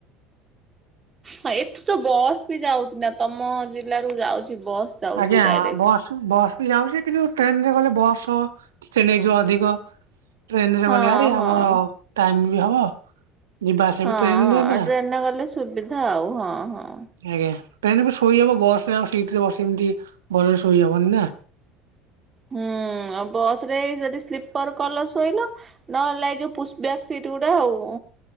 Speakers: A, on the right; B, on the right.
A: ହଁ ଏଠୁତ ବସ୍ ବି ଯାଉଛି ନା ତମ ଜିଲ୍ଲାରୁ ଯାଉଛି ବସ୍ ଯାଉଛି
B: ଆଜ୍ଞା
A: ଡାଇରେକ୍ଟ।
B: ହଁ ବସ ବସ ବି ଯାଉଡଚି କିନ୍ତୁ ଟ୍ରେନରେ ଗଲେ ବସ ଟିକେ ନେଇଯିବ ଅଧିକ। ଟ୍ରେନରେ
A: ହଁ
B: ଗଲେ ଭାରି
A: ହଁ
B: ଆମ ଟାଇମି ବି ହବ। ଯିବା ଆସିବା
A: ହଁ
B: ବି ଟ୍ରେନରେ
A: ହଁ
B: ନା
A: ଟ୍ରେନରେ ଗଲେ ସୁବିଧା ଆଉ ହଁ ହଁ।
B: ଆଜ୍ଞା ଟ୍ରେନରେ ବି ଶୋଇ ହବ ବସରେ ଆଉ ସିଟରେ ବସି ଏମିତି ଭଲରେ ଶୋଇହବନି ନା।
A: ହୁଁ ଆଉ ବସରେ ଯଦି ସ୍ଲିପର କଲ ଶୋଇଲ। ନହେଲେ ନାଇ ଯୋଉ ପୁଷ୍ ବ୍ୟାଗ ସିଟ୍ ଗୁଡା ଆଉ।